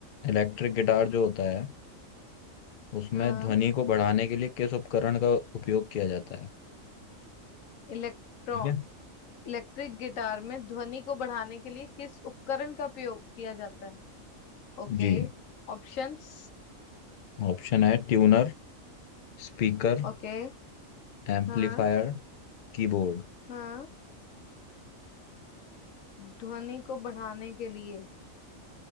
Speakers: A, on the left; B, on the left.
A: इलेक्ट्रिक गिटार जो होता है उसमें
B: हाँ
A: ध्वनि को बढ़ाने के लिए किस उपकरण का उपयोग किया जाता है
B: इलेक्ट्रॉ
A: ठीक है
B: इलेक्ट्रिक गिटार में ध्वनि को बढ़ाने के लिए किस उपकरण का प्रयोग किया जाता है ओके
A: जी
B: ऑप्शंस
A: ऑप्शन है ट्यूनर स्पीकर
B: ओके
A: एम्पलीफायर
B: हाँ
A: कीबोर्ड
B: हाँ ध्वनि को बढ़ाने के लिए